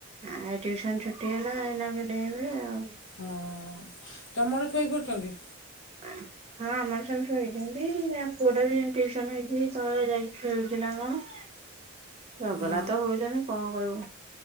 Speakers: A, on the right (about 30°); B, on the left (about 60°).
A: ଆ ଟିୁସନ ଛୁଟି ହେଲା ଏଇନାକେ ଡେଇଁବେ ଆଉ।
B: ହୁଁ, ତମର ଛୋଇ ପରଛନ୍ତି?
A: ହ ହଁ ଆମର ସବୁ ଶୋଇଛନ୍ତି, ଆ ପୁଅଟା ବି ଟିୟୁସନ ହେଇଛି, ତଳେ ଯାଇକି ଖେଳୁଛି ନା କଣ। ଝଗଲା
B: ହଁ
A: ତ ହଉଛନ୍ତି କଣ କହିବୁ,